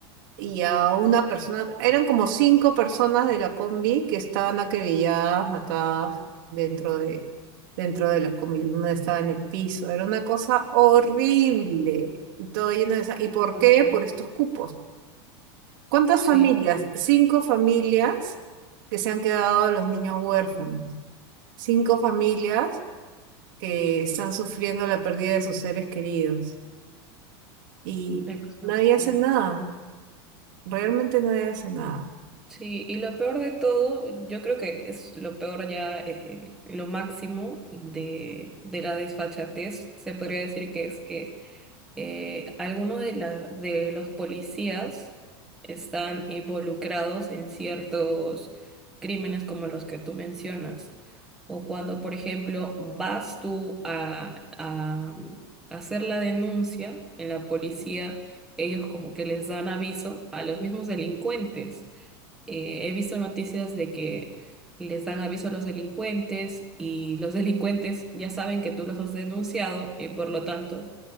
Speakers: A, on the right; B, in the centre.
A: y a una persona. Eran como cinco personas de la combi que estaban acribilladas, matadas dentro de, dentro de la combi. Una estaba en el piso. Era una cosa horrible. Y todo lleno de sa- ¿Y por
B: Exacto,
A: qué? Por estos cupos. ¿Cuántas
B: sí,
A: familias? Cinco familias que se han quedado los niños huérfanos. Cinco familias que están sufriendo la pérdida de sus seres queridos. Y
B: exacto.
A: nadie hace nada. Realmente nadie hace nada.
B: sí, y lo peor de todo, yo creo que es lo peor ya, eh, lo máximo de, de la desfachatez, se podría decir que es que eh, algunos de, la- de los policías están involucrados en ciertos crímenes como los que tú mencionas. O cuando, por ejemplo, vas tú a, a mm, hacer la denuncia en la policía, ellos como que les dan aviso a los mismos delincuentes eh, he visto noticias de que les dan aviso a los delincuentes y los <laughs> delincuentes ya saben que tú los has denunciado y por lo tanto